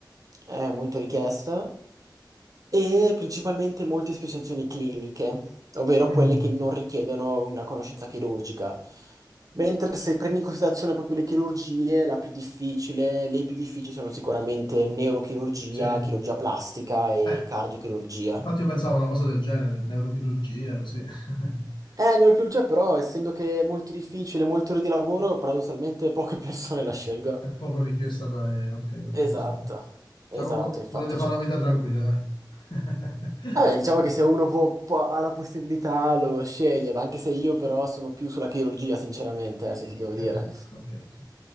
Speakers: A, on the right; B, on the left.
A: è molto richiesta e principalmente molte speciazioni cliniche, ovvero
B: Mm,
A: quelle che non richiedono una conoscenza chirurgica. Mentre se prendi in considerazione proprio le chirurgie, la più difficile, le più difficili sono sicuramente neurochirurgia,
B: sì.
A: chirurgia plastica e
B: Eh,
A: cardiochirurgia.
B: infatti io pensavo a una cosa del genere, neurochirurgia, così. <laughs>
A: Eh, neurochirurgia però, essendo che è molto difficile, molte ore di lavoro, paradossalmente poche <laughs> persone la scelgono.
B: È poco richiesta da, eh, ok, da partecipare.
A: Esatto,
B: Diciamo,
A: esatto, infatti
B: volete fare una vita tranquilla, dai. <laughs>
A: Vabbè, diciamo che se uno può, può- ha la possibilità lo sceglie, ma anche se io però sono più sulla chirurgia, sinceramente, eh, se ti devo dire,
B: Ok, ok, ok.